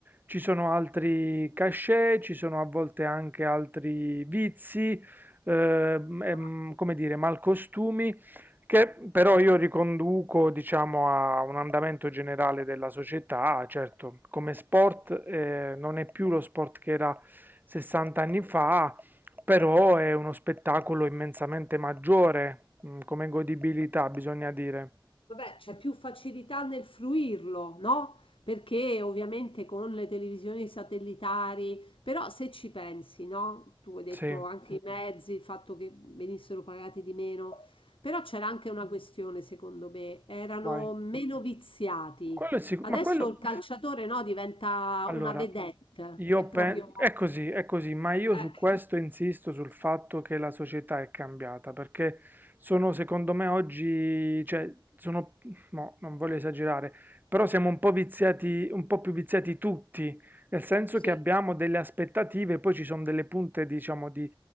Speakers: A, on the right (about 20°); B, on the left (about 80°).
A: ci sono altri cachet, ci sono a volte anche altri vizi ehm, ehm,
B: esatto.
A: come dire, malcostumi, che però io riconduco, diciamo, a un andamento generale della società. Certo, come sport eh, non è più lo sport che era 60 anni fa, però è uno spettacolo immensamente maggiore, mm, come godibilità, bisogna dire.
B: Vabbè, c'è più facilità nel fruirlo, no? Perché ovviamente con le televisioni satellitari, però se ci pensi, no? Tu hai detto
A: Sì,
B: anche i mezzi, il fatto che venissero pagati di meno, però c'era anche una questione, secondo me, erano
A: vai.
B: meno viziati.
A: Quello è sicuro,
B: Adesso
A: ma quello...
B: il calciatore, no, diventa
A: Allora,
B: una vedette,
A: io
B: è proprio...
A: penso, è così, è così, ma io
B: Eh,
A: su questo insisto sul fatto che la società è cambiata, perché sono, secondo me, oggi, cioè, sono, mo, non voglio esagerare, però siamo un po' viziati, un po' più viziati tutti, nel senso
B: sì,
A: che abbiamo delle aspettative, poi ci sono delle punte, diciamo, di